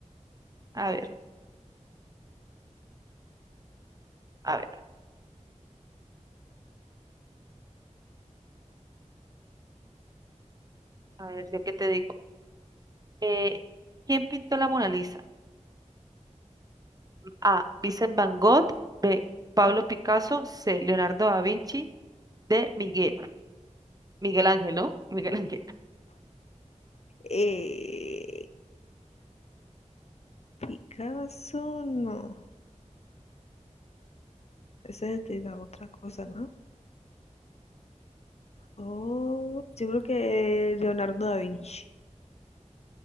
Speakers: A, on the right (about 30°); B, on the left (about 55°).
A: A ver, a ver. A ver, ¿yo qué te digo? Eh, ¿quién pintó la Mona Lisa? A. Vincent Van Gogh. B. Pablo Picasso. C. Leonardo da Vinci. D. Miguel. Miguel Ángel, ¿no? <laughs> Miguel Ángel.
B: Eh, Picasso, no. Esa es de la otra cosa, ¿no? Oh, yo creo que Leonardo da Vinci.